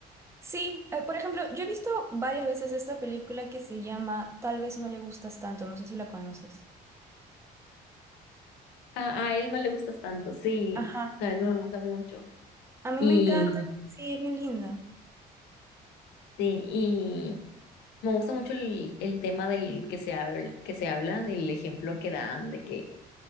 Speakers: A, on the right; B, on the left.
A: Sí, eh, por ejemplo, yo he visto varias veces esta película que se llama Tal vez no le gustas tanto, no sé si la conoces.
B: A, a él no le gustas tanto, sí,
A: Ajá.
B: también me gusta mucho.
A: A mí
B: Y,
A: me encanta, sí, es bien linda.
B: sí, y me gusta mucho el, el tema del que se habla, que se habla, del ejemplo que dan, de que